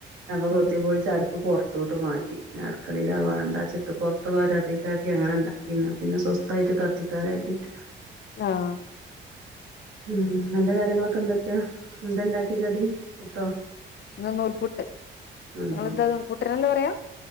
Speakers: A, on the right; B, on the left.
A: അപ്പൊ കൊത്തി
B: ഉം
A: പൊള്ച്ച് അട്പ്പ് പൊർ ത്തോട്ട് മാറ്റി അട്ക്കളേൽ അഹ് വാണ്ടാച്ച്ട്ട് പൊ ത്ത വരാന്തെക്കാക്കി അങ്ങനെ ഇണ്ടാക്കി ഇന്നാ പിന്നെ സ്വസ്ഥായിട്ട് കത്തിക്കാ കര്തീട്ട്.
B: ആഹ്
A: ഉം അന്റെ കാര്യങ്ങളൊക്കെന്തൊക്കെ എന്താണ്ടാക്കി കടി പുട്ടോ?
B: ഇന്ന് നൂൽപുട്ട്
A: ആഹ്
B: നിങ്ങളെന്താ
A: ഹാ
B: നൂൽപുട്ടിനല്ലേ പറയാ